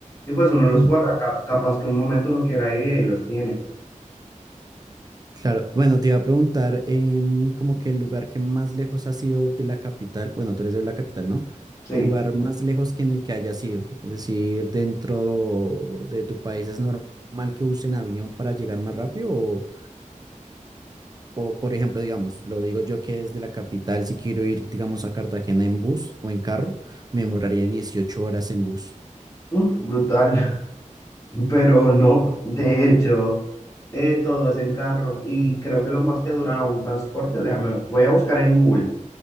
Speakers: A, on the left; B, on the right.
A: Y pues uno los
B: Mm,
A: guarda, ca- capaz que un momento uno quiera ir y ahí los tiene.
B: Claro, bueno, te iba a preguntar, em, como que el lugar que más lejos ha sido de la capital, bueno, tú eres de la capital, ¿no?
A: Sí.
B: El lugar más lejos que en el que haya sido, es decir, dentro de tu país, ¿es normal que usen avión para llegar más rápido? O, o, por ejemplo, digamos, lo digo yo que desde la capital, si quiero ir, digamos, a Cartagena en bus o en carro, me demoraría 18 horas en bus.
A: Uf, brutal, <laughs> pero no, de hecho, eh, todo es en carro y creo que lo más que dura un transporte, déjame ver, voy a buscar en Google,